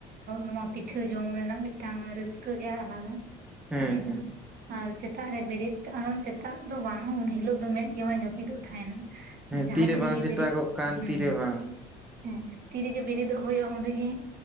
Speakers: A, on the right (about 50°); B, in the centre.
A: ᱱᱚᱣᱟ ᱯᱤᱴᱷᱟᱹ ᱡᱚᱢ ᱨᱮᱱᱟᱜ ᱢᱤᱫᱴᱟᱝ ᱨᱟᱹᱥᱠᱟᱹ ᱜᱮ ᱟᱞᱟᱫᱟ
B: ᱦᱮᱸ
A: ᱛᱟᱸᱦᱮ
B: ᱦᱮᱸ
A: ᱠᱟᱱᱟ ᱾ ᱟᱨ ᱥᱮᱛᱟᱜ ᱨᱮ ᱵᱮᱨᱮᱫ ᱟᱢ ᱥᱮᱛᱟᱜ ᱫᱚ ᱵᱟᱝ ᱩᱱ ᱦᱤᱞᱚᱜ ᱫᱚ ᱢᱮᱫ ᱜᱮ ᱵᱟᱝ ᱡᱟᱹᱯᱤᱫᱚᱜ ᱛᱟᱦᱮᱫ ᱾
B: ᱦᱮᱸ
A: ᱡᱟᱦᱟᱸ
B: ᱛᱤᱨᱮ
A: ᱛᱤᱨᱮᱜᱮ
B: ᱵᱟᱝ ᱥᱮᱛᱟᱜᱚᱜ
A: ᱵᱮᱨᱮᱫ
B: ᱠᱟᱱ
A: ᱦᱩᱸ
B: ᱛᱤᱨᱮ ᱵᱟᱝ
A: <inaudible> ᱦᱮᱸ ᱛᱤᱨᱮᱜᱮ ᱵᱮᱜ ᱵᱤᱨᱮᱫᱚᱜ ᱦᱩᱭᱩᱜ-ᱟ ᱩᱱ ᱨᱮᱜᱮ